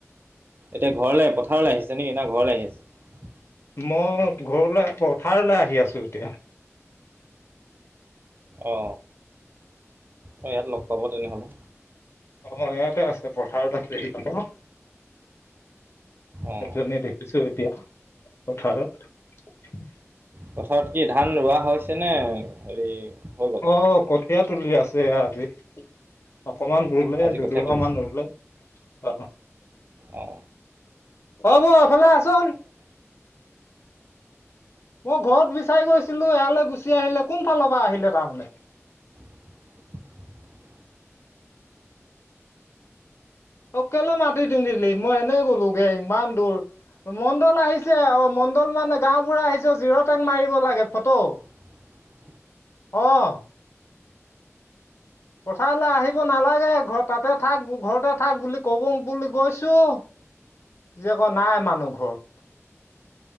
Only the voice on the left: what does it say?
মই ঘৰলে পথাৰলে আহি আছো এতিয়া।
অ ইয়াতে আছে পথাৰত আছেহি আক
এজনী দেখিছো এতিয়া পথাৰত
অ কঠীয়া তুলি আছে আজি অকমান ৰুলে
দু
দুবা
মান ৰুলে অ
ও বৌ এইফালে আচোন। মই ঘৰত বিচাৰি গৈছিলো ইয়ালৈ গুচি আহিলে কোনফালৰ পৰা আহিলে তাৰমানে।
অকলে মাতি দিন্ধিলি মই এনেই গ'লোগে ইমান দূৰ। মণ্ডল আহিছে অ মণ্ডল মানে গাও বুঢা আহিছে জিৰ তাক মাৰিব লাগে ফটো।
অহ। পথাৰলে আহিব নালাগে ঘ তাতে থাক ঘৰতে থাক বুলি কব বুলি গৈছো। আজি আকৌ নাই মানুহ ঘৰত।